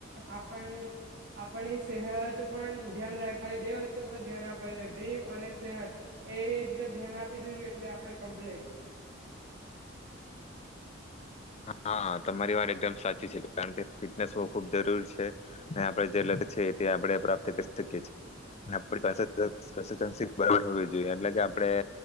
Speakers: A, on the right; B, on the left.
A: આપણ આપણની સેહત પણ ધ્યાન રાય, ખાલી બે વસ્તુ પર ધ્યાન આપવા જોઈએ, ડ્રીમ અને સેહત એ ધ ધ્યાન આપી દીધું એટલે આપણે કમ્પ્લીટ.
B: હા તમારી વાત એકદમ સાચી છે, કારણ કે ફિટનેસ હોવું ખુબ જરૂરી છે અને આપડે જે લત છે તે આપણે પ્રાપ્ત કરી શકીએ છે અને આપડી પાસે <unintelligible> ચાન્સીસ બરાબર હોવી જોઈએ આપડે